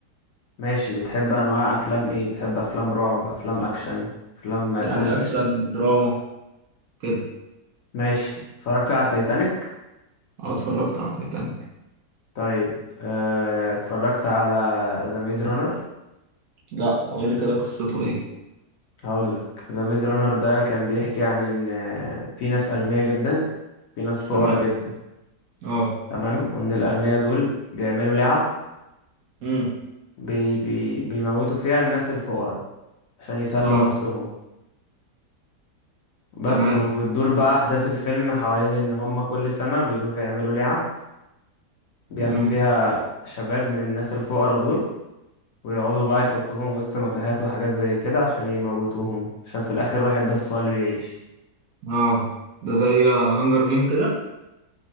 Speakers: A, on the left; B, on the right.
A: ماشي بتحب أنواع أفلام إيه بتحب أفلام رعب أفلام أكشن أفلام آه،
B: يعني
A: كوميدي
B: اكشن دراما كده
A: ماشي اتفرجت على تايتانيك
B: اه اتفرجت على تايتانيك
A: طيب آه، اتفرجت على ذا ميز رانر
B: لا قول لي كده قصته ايه
A: هقول لك ذا ميز رانر ده كان بيحكي عن إن آه، في ناس أغنياء جدا في ناس فقراء
B: تمام
A: جدا
B: اه
A: تمام وإن الأغنياء دول بيعملوا لعب
B: امم
A: بي بي بيموتوا فيها الناس الفقراء عشان يسلوا
B: اه
A: نفسهم بس
B: تمام
A: وبتدور بقى أحداث الفيلم حوالين إن هما كل سنة بيروحوا يعملوا لعب بياخدوا
B: امم
A: فيها شباب من الناس الفقراء دول ويقعدوا بقى يحطوهم وسط متاهات وحاجات زي كده عشان يموتوهم عشان في الآخر واحد بس هو اللي بيعيش
B: اه ده زي هانجر جيم كده